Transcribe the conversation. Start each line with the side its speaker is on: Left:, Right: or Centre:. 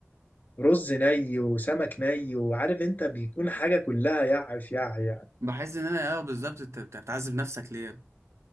Left: رز ني وسمك ني وعارف انت بيكون حاجة كلها يعف يع يعني
Right: بحس ان انا اه بالظبط انت بت- بتعذب نفسك ليه